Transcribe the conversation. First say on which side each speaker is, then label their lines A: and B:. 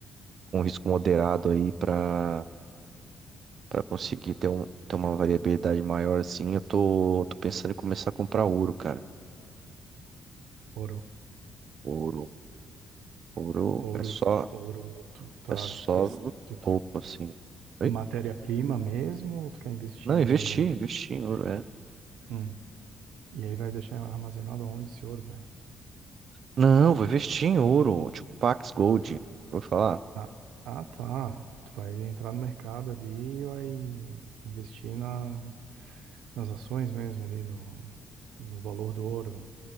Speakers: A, on the right; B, on the right.
A: com risco moderado aí pra, pra conseguir ter, um, ter uma variabilidade maior assim. Eu tô, tô pensando em começar a comprar ouro, cara.
B: Ouro,
A: Ouro. Ouro
B: ouro,
A: é só,
B: ouro, tu tá,
A: é só
B: das-
A: no
B: tu-
A: topo, assim. Oi?
B: matéria-prima mesmo, ou tu quer investir
A: Não,
B: em...
A: investir, investir em ouro, é.
B: Hum, e aí vai deixar armazenado onde esse ouro, vai?
A: Não, vou investir em ouro, tipo Pax Gold. Vou falar.
B: Ah, ah, tá, tu vai entrar no mercado ali e vai investir na, nas ações mesmo ali, do, no valor do ouro.